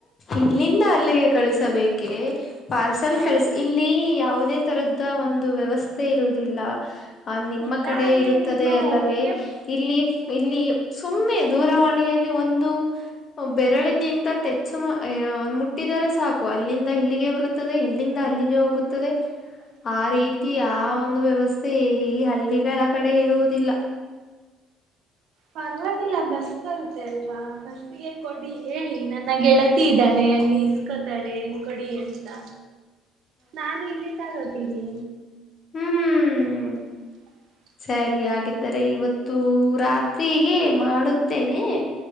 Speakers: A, on the left; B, on the right.
A: ಇಲ್ಲಿಂದ ಅಲ್ಲಿಗೆ ಕಳಿಸಬೇಕೇ ಪಾರ್ಸಲ್
B: ಹಾ
A: ಕಳಿಸಿ ಇಲ್ಲಿ ಯಾವುದೇ ತರದ ಒಂದು ವ್ಯವಸ್ಥೆ ಇರುವುದಿಲ್ಲ ಹ ನಿಮ್ಮ
B: ಇಲ್ಲ
A: ಕಡೆ
B: ಅಲ್ಲಿ
A: ಇರುತ್ತದೆ
B: ನಿಮ್ಮ
A: ಅಲ್ಲವೇ
B: ಊರಿಗೆ
A: ಇಲ್ಲಿ
B: ನಿಮ್ಮ
A: ಇಲ್ಲಿ ಸುಮ್ಮನೆ ದೂರವಾಣಿಯಲ್ಲಿ ಒಂದುರೆ ಎರಳಿನಿಂದ ಟೆಚ್ ಮುಟ್ಟಿದರೆ ಸಾಕು ಅಲ್ಲಿಂದ ಇಲ್ಲಿಗೆ ಬರುತ್ತದೆ ಇಲ್ಲಿಂದ ಅಲ್ಲಿಗೆ ಹೋಗುತ್ತದೆ
B: ಹ
A: ಆ ರೀತಿ ಆ ಒಂದು ವ್ಯವಸ್ಥೆ ಈ ಹಳ್ಳಿಗಳ ಕಡೆ ಇರುವುದಿಲ್ಲ
B: ಪರವಾಗಿಲ್ಲ ಬಸ್ ಬರುತ್ತೆ ಅಲ್ವಾ ಬಸ್ ಕೊಡಿ ಹೇಳಿ ನನ್ನಗೆಗೆಳತಿ ಇದ್ದಾಳೆ ಅಲ್ಲಿ ಇಸ್ಕೊತಾಳೆ ಏ ಕೊಡಿ ಅಂತ ನಾನು ಇಲ್ಲಿ ತಾಗತೀನಿ
A: ಹ್ಮ್್ಮ್್ಮ
B: <inaudible>
A: ಸರಿ ಹಾಗಿದ್ದರೆ ಇವತ್ತು ರಾತ್ಗೆ ಮಾಡುತ್ತೇನೆ